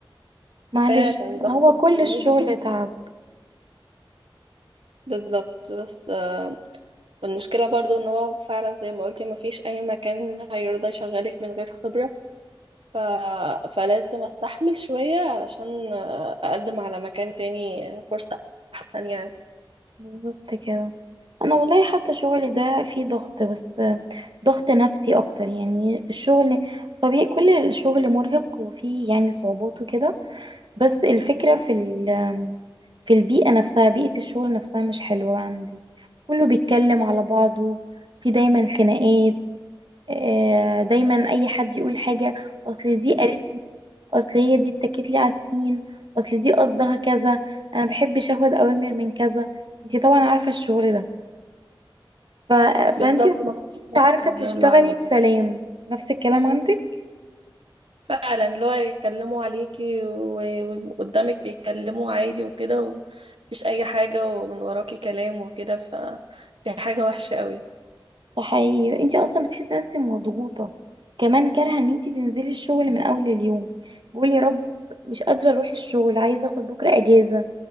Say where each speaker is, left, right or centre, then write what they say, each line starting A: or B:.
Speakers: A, on the right; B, on the right.
A: معلش
B: كفايه كان ضغط
A: هو
B: الكلية.
A: كل الشغل
B: <laughs>
A: تعب
B: بالظبط بس آه، المشكله برضو ان هو فعلا زي ما قلتي ما فيش اي مكان هيرضى يشغلك من غير خبره ف... فلازم استحمل شوية علشان اقدم على مكان تاني فرصة احسن يعني
A: بالظبط كده أنا والله حتى شغلي ده فيه ضغط بس ضغط نفسي أكتر يعني الشغل طبيعي كل الشغل مرهق وفيه يعني صعوبات وكده بس الفكرة في ال في البيئة نفسها بيئة الشغل نفسها مش حلوة عندي كله بيتكلم على بعضه في دايما خناقات آه، دايما أي حد يقول حاجة أصل دي قالت لي أصل هي دي اتكت لي على السين أصل دي قصدها كذا أنا مبحبش أخد أوامر من كذا انتي طبعا عارفة الشغل ده ف...
B: بالظبط
A: فانتي مبتبقيش
B: نفس
A: عارفة
B: اللي
A: تشتغلي
B: عندي
A: بسلام نفس الكلام عندك
B: فعلا اللي هو يتكلموا عليكي و- وقدامك بيتكلموا عادي وكده ومفيش اي حاجة ومن وراكي كلام وكده ف دي حاجة وحشة قوي
A: فحقيقي انت اصلا بتحسي نفسك مضغوطه كمان كارهه ان انت تنزلي الشغل من اول اليوم بقولي يا رب مش قادره اروح الشغل عايزه اخد بكره اجازه